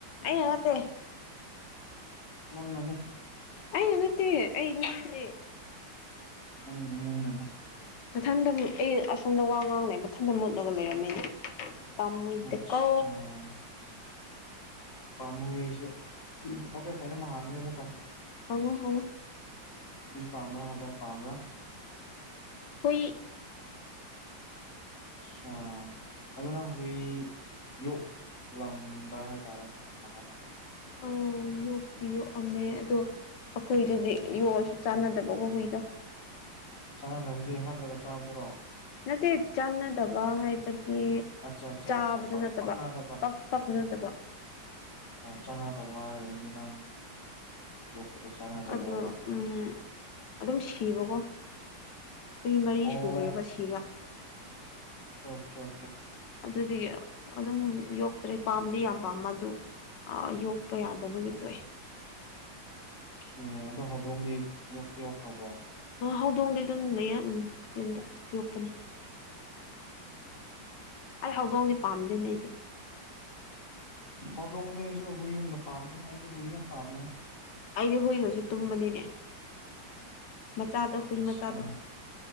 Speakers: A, on the left; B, on the left.
A: ꯑꯩꯅꯥ ꯅꯠꯇꯦ
B: ꯅꯪꯅꯅꯦ
A: ꯑꯩꯅ ꯅꯠꯇꯦ ꯑꯩ ꯅꯠꯇꯦ
B: ꯅꯪꯅ ꯅꯪꯅꯅꯦ
A: ꯃꯊꯟꯗꯅꯦ ꯑꯩ ꯑꯁꯣꯝꯗ ꯋꯥ ꯉꯥꯡꯂꯦ ꯃꯊꯟꯗ ꯃꯨꯠꯂꯒ ꯂꯩꯔꯝꯃꯤ ꯄꯥꯃꯨꯏꯗꯀꯣ
B: ꯑꯠꯁꯥ ꯄꯥꯝꯃꯨꯏ ꯑꯩꯁꯨ ꯑꯣꯀꯦ ꯀꯩꯅꯣꯝ ꯑꯃ ꯍꯥꯡꯉꯒꯦ ꯑꯃꯨꯛꯀ
A: ꯍꯡꯉꯣ ꯍꯡꯉꯣ
B: ꯍꯨꯏ ꯄꯥꯝꯕ꯭ꯔꯥ ꯍꯧꯗꯣꯡ ꯄꯥꯝꯕ꯭ꯔꯥ
A: ꯍꯨꯏ
B: ꯑꯠꯁꯥ ꯑꯗꯨ ꯅꯪ ꯍꯨꯏ ꯌꯣꯛꯂꯝꯕ꯭ꯔꯥ ꯍꯥꯏꯇꯥꯔꯦ ꯅꯍꯥꯟ
A: ꯑꯣ ꯌꯣꯛꯇꯤ ꯌꯣꯛꯑꯝꯃꯦ ꯑꯗꯣ ꯑꯩꯈꯣꯏꯗꯗꯤ ꯌꯣꯛꯑꯁꯨ ꯆꯥꯟꯅꯗꯕꯀꯣ ꯍꯨꯏꯗꯣ
B: ꯆꯥꯅꯗꯕꯗꯤ ꯍꯥꯠꯂꯒ ꯆꯥꯕꯗꯨꯔꯣ
A: ꯅꯠꯇꯦ ꯆꯥꯟꯅꯗꯕ ꯍꯥꯏꯕꯗꯤ
B: ꯑꯠꯆꯥ ꯑꯠꯆꯥ
A: ꯆꯥꯕꯗꯨ
B: ꯑꯆꯥ ꯄꯛ
A: ꯅꯠꯇꯕ
B: ꯄꯥꯛꯅꯗꯕ
A: ꯄꯛ ꯄꯛꯅꯗꯕ
B: ꯆꯥꯅꯗꯕ ꯍꯥꯏꯔꯒ ꯑꯩꯗꯤ ꯅꯪ ꯌꯣꯛꯄꯗꯣ ꯆꯥꯟꯅꯗꯕ꯭ꯔꯅ
A: ꯑꯗꯣ ꯎꯝ ꯑꯗꯨꯝ ꯁꯤꯕꯀꯣ ꯍꯨꯏ ꯃꯔꯤ
B: ꯑꯣ
A: ꯁꯨꯒ꯭ꯔꯦꯕ
B: ꯑꯣꯈꯦ
A: ꯁꯤꯕ
B: ꯑꯣꯈꯦ ꯑꯣꯈꯦ
A: ꯑꯗꯨꯗꯤ ꯑꯗꯨꯝ ꯌꯣꯛꯇ꯭ꯔꯦ ꯄꯥꯝꯗꯤ ꯌꯥꯝ ꯄꯥꯝꯃ ꯑꯗꯨ ꯌꯣꯛꯄ ꯌꯥꯗꯕꯒꯤ ꯊꯣꯛꯑꯦ
B: ꯑꯣꯀꯦ ꯑꯗꯣ ꯍꯧꯗꯣꯡꯗꯤ ꯌꯣꯛꯇꯤ ꯌꯣꯛꯈ꯭ꯔꯕꯣ
A: ꯍꯧꯗꯣꯡꯗꯤ ꯑꯗꯨꯝ ꯂꯩꯌꯦ ꯌꯨꯝꯗ ꯌꯣꯛꯄꯥꯅꯤ
B: <inaudible>
A: ꯑꯩ ꯍꯧꯗꯣꯡꯗꯤ ꯄꯥꯝꯗꯦꯅꯦ ꯑꯩꯗꯤ
B: ꯍꯧꯗꯣꯡꯗꯤ ꯑꯩꯁꯨ ꯍꯨꯏꯒꯨꯝꯅ ꯄꯥꯝꯗꯦ ꯑꯩꯁꯨ ꯍꯨꯏ ꯌꯥꯝ ꯄꯥꯝꯃꯦ
A: ꯑꯩꯗꯤ ꯍꯨꯏꯒꯥꯁꯨ ꯇꯨꯝꯕꯅꯤꯅꯦ ꯃꯆꯥꯗꯣ ꯍꯨꯏ
B: ꯑꯠꯁꯥ
A: ꯃꯆꯥꯗꯣ